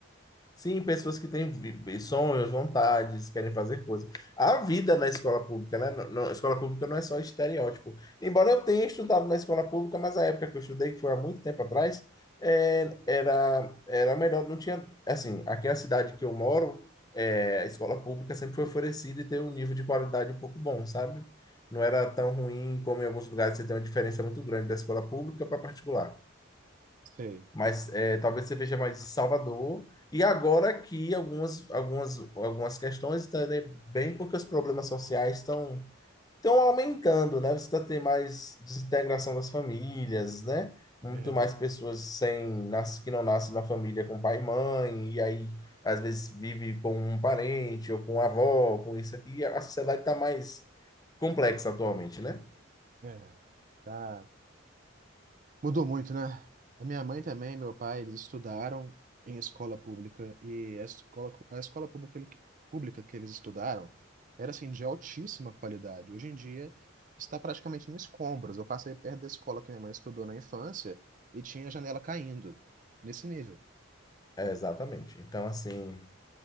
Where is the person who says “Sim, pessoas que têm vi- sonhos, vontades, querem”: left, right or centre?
Left